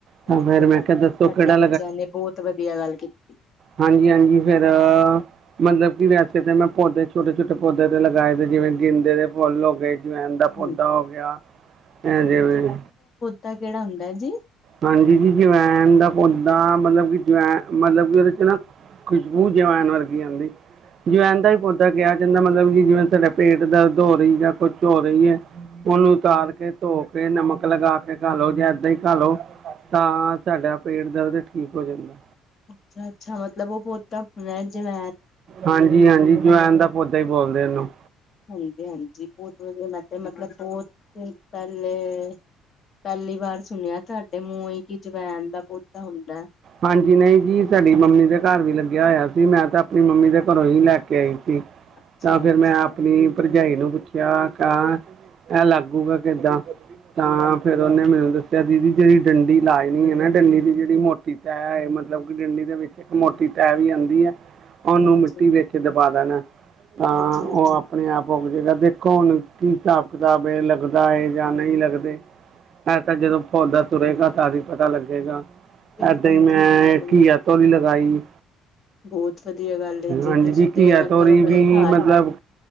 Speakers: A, on the right; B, on the left.
A: ਤਾਂ
B: ਵਧੀਆ
A: ਫਿਰ ਮੈਂ
B: ਗੱਲ
A: ਕਿਹਾ
B: ਤੁਹਾਡੇ
A: ਦੱਸੋ ਕਿਹੜਾ
B: ਬੱਚਿਆਂ ਨੇ ਬਹੁਤ ਵਧੀਆ ਗੱਲ ਕੀਤੀ
A: ਹਾਂਜੀ-ਹਾਂਜੀ ਫਿਰ ਮਤਲਬ ਕਿ ਵੈਸੇ ਤੇ ਮੈਂ ਪੌਦੇ ਛੋਟੇ- ਛੋਟੇ ਪੌਦੇ ਤੇ ਲਗਾਏ ਤੇ ਜਿਵੇਂ ਗਿੰਦੇ ਦੇ ਫੁੱਲ ਹੋ ਗਏ ਜਵੈਨ ਦਾ ਪੌਦਾ
B: ਹਮ
A: ਹੋ ਗਿਆ ਜਿਵੇਂ
B: ਤਾ ਕਿਹੜਾ ਹੁੰਦਾ ਜੀ
A: ਹਾਂਜੀ ਜੀ, ਜਵੈਨ ਦਾ ਪੌਦਾ ਮਤਲਬ ਕਿ ਜਵੈਨ ਮਤਲਬ ਕਿ ਉਹਦੇ ਚ ਨਾ ਖੁਸ਼ਬੂ ਜਵੈਨ ਵਰਗੀ ਆਉਂਦੀ ਜਵੈਨ ਦਾ ਹੀ ਪੌਦਾ ਕਿਹਾ ਜਾਂਦਾ ਮਤਲਬ ਕਿ ਜਿਵੇਂ ਤੁਹਾਡੇ ਪੇਟ ਦਰਦ ਹੋ ਰਹੀ ਜਾਂ ਕੁਛ ਹੋ ਰਹੀ ਹੈ ਉਹਨੂੰ ਉਤਾਰ ਕੇ, ਧੋ ਕੇ, ਨਮਕ ਲਗਾ ਕੇ ਖਾ ਲੋ ਜਾਂ ਇਦਾਂ ਹੀ ਖਾ ਲੋ ਤਾਂ ਸਾਡਾ ਪੇਟ ਦਰਦ ਠੀਕ ਹੋ ਜਾਂਦਾ
B: ਅੱਛਾ, ਅੱਛਾ ਮਤਲਬ ਉਹ ਪੌਦਾਂ ਹੁਣ ਜਿਵੇ
A: ਹਾਂਜੀ, ਹਾਂਜੀ ਜਵੈਨ ਦਾ ਪੌਦਾ ਹੀ ਬੋਲਦੇ ਉਹਨੂੰ
B: ਹਾਂਜੀ- ਹਾਂਜੀ ਬਹੁਤ ਵਧੀਆ ਮੈਂ ਤੇ ਮਤਲਬ ਬਹੁਤ ਪਹਿਲੇ ਪਹਿਲੀ ਵਾਰ ਸੁਣਿਆ ਤੁਹਾਡੇ ਮੂੰਹ ਹੀ ਕਿ ਜਵੈਨ ਦਾ ਪੌਦਾ ਹੁੰਦਾ
A: ਹਾਂਜੀ-ਨਹੀਂ ਜੀ ਸਾਡੀ ਮੰਮੀ ਦੇ ਘਰ ਵੀ ਲੱਗਿਆ ਹੋਇਆ ਸੀ ਮੈਂ ਤਾਂ ਆਪਣੀ ਮੰਮੀ ਦੇ ਘਰੋਂ ਹੀ ਲੈ ਕੇ ਆਈ ਸੀ
B: ਅੱਛਾ
A: ਤਾਂ ਫਿਰ
B: ਅੱਛਾ
A: ਮੈਂ ਆਪਣੀ ਭਰਜਾਈ ਨੂੰ ਪੁੱਛਿਆ ਕ ਇਹ ਲੱਗੂਗਾ ਕਿੱਦਾਂ ਤਾਂ ਫ਼ਿਰ ਉਹਨੇ ਮੈਨੂੰ ਦੱਸਿਆ ਦੀਦੀ ਜਿਹੜੀ ਡੰਡੀ ਲਾਉਣੀ ਹੈ ਨਾ ਡੰਡੀ ਦੀ ਜਿਹੜੀ ਮੋ ਕੀਤਾ ਹੈ ਮਤਲਬ ਕਿ ਡੰਡੀ ਦੇ ਵਿੱਚ ਇੱਕ ਮੋਟੀ ਟਹਿਣੀ ਵੀ ਆਉਂਦੀ ਹੈ ਉਹਨੂੰ
B: ਹਾਂਜੀ
A: ਮਿੱਟੀ ਵਿੱਚ ਦਬਾ ਦੇਣਾ ਤਾਂ
B: ਅੱਛਾ
A: ਉਹ
B: ਅੱਛਾ
A: ਆਪਣੇ ਆਪ ਪੁੰਗਰਦਾ ਦੇਖੋ ਹੁਣ ਕੀ ਹਿਸਾਬ ਕਿਤਾਬ ਲੱਗਦਾ ਹੈ ਜਾਂ ਨਹੀਂ ਲੱਗਦੇ ਇਹ ਤਾਂ ਜਦੋਂ ਪੌਦਾ ਤੁਰੇਗਾ ਤਾਂ ਹੀ ਪਤਾ ਲੱਗੇਗਾ
B: ਬਿਲਕੁਲ
A: ਇਹ ਤਾਂ ਮੈਂ
B: ਜੀ ਬਿਲਕੁਲ
A: ਘੀਆ ਤੋਰੀ ਲਗਾਈ
B: ਬਹੁਤ ਵਧੀਆ ਗੱਲ ਹੈ
A: ਹਾਂਜੀ
B: ਤੁਸੀਂ
A: ਜੀ,
B: ਤੇ
A: ਘੀਆ
B: ਮਤਲਬ
A: ਤੋਰੀ
B: ਆਪਣੇ
A: ਵੀ
B: ਘਰ
A: ਮਤਲਬ
B: ਹੀ